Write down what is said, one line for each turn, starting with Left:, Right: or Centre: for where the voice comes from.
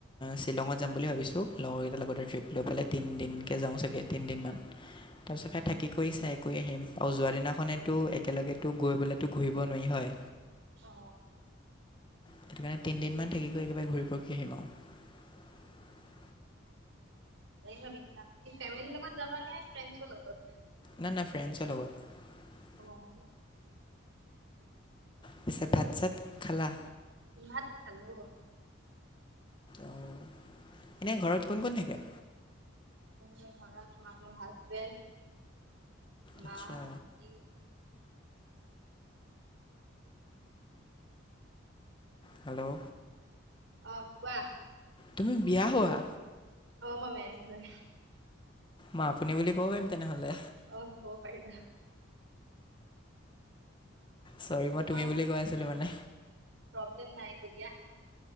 Left: শ্বিলঙত যাম বুলি ভাবিছোঁ। লগৰকেইটাৰ লগতে ট্ৰিপলৈ পেলাই তিনদিনকে যাওঁ চাগে, তিনিদিনমান। তাৰপিছত সেই থাকি কৰি চাই গৈ আহিম আৰু যোৱা দিনাখনে একেলগেতো গৈ পলেতো ঘূৰিব নোৱাৰি হয়।
Right: অ।
Left: সেইটোকাৰণে তিনিদিনমান থাক কৰি একেবাৰে ঘূৰি পকি আহিম আৰু
Right: ভাবিছা ফেমিলিৰ লগত যাবা নে ফ্ৰেণ্ডছৰ লগত?
Left: না, নাই ফ্ৰেণ্ডছৰ লগত।
Right: অ'
Left: পিছে ভাত চাত খালা।
Right: ভাত খালোঁ।
Left: অ', এনে ঘৰত কোন, কোন থাকে?
Right: ধৰি লোৱা হাচবেণ্ড মা
Left: আচ্ছা
Right: ভণ্টি।
Left: হেল্ল',
Right: অ কোৱা।
Left: তুমি বিয়া হোৱা।
Right: অ মই মেৰিধ হয়।
Left: মই আপুনি বুলি ক'ব পাৰিম তেনেহলে?
Right: অ, কব পাৰিবা।
Left: চৰি মই
Right: তোমাৰ
Left: তুমি বুলি কৈ আছিলো মানে
Right: প্ৰব্লেম নাই একো দিয়া।